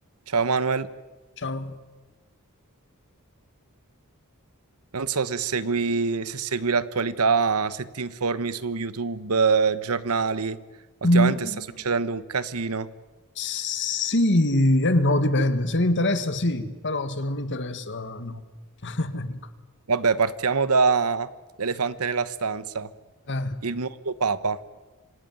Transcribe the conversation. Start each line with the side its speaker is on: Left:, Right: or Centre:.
Right: Ciao Manuel,
Left: Ciao.
Right: non so se segui, se segui l'attualità, se ti informi su YouTube, eh, giornali. Ultimamente
Left: Mm,
Right: sta succedendo un casino.
Left: sì e no, dipende. Se mi interessa sì, però se non mi interessa no. <laughs> Ecco.
Right: Vabbè, partiamo da l'elefante nella stanza,
Left: Eh.
Right: il nuovo Papa.